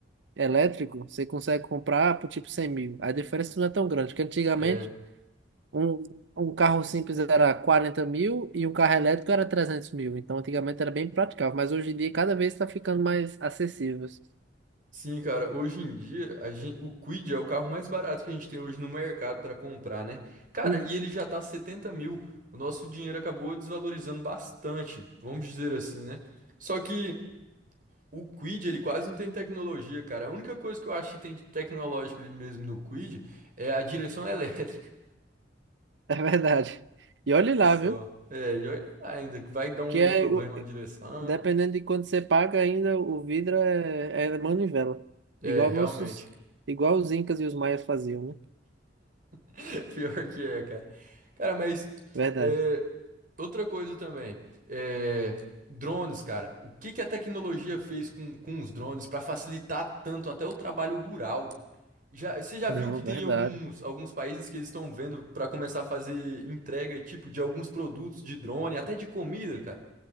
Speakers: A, on the right; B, on the right.
A: elétrico, você consegue comprar por tipo 100 mil. A diferença não é tão grande, porque antigamente
B: é.
A: Um, um carro simples era 40 mil e um carro elétrico era 300 mil. Então, antigamente era bem praticável, mas hoje em dia cada vez está ficando mais acessível. <laughs> assim.
B: Sim, cara, hoje em dia a gen- o Kwid é o carro mais barato que a gente tem hoje no mercado para comprar, né? Cara,
A: Uhum.
B: e ele já tá 70 mil. O nosso dinheiro acabou desvalorizando bastante, vamos dizer assim, né? Só que o Kwid, ele quase não tem tecnologia, cara. A única coisa que eu acho que tem de tecnológica ali mesmo no Kwid é a direção elétrica. <laughs>
A: É verdade. E olhe
B: E
A: lá,
B: só.
A: viu?
B: É, e olha lá ainda, vai dar algum
A: Que é,
B: problema
A: o-
B: a direção.
A: dependendo de quanto você paga, ainda o vidro é, é manivela.
B: É,
A: Igual
B: realmente.
A: nossos, igual os incas e os maias faziam, né?
B: <laughs> Pior que é, cara. Cara, mas
A: Verdade.
B: é, outra coisa também. é, drones, cara. O que que a tecnologia fez com, com os drones para facilitar tanto até o trabalho rural? Já, você já
A: Não,
B: viu que tem
A: verdade.
B: alguns, alguns países que eles estão vendo para começar a fazer entrega, tipo, de alguns produtos de drone, até de comida, cara?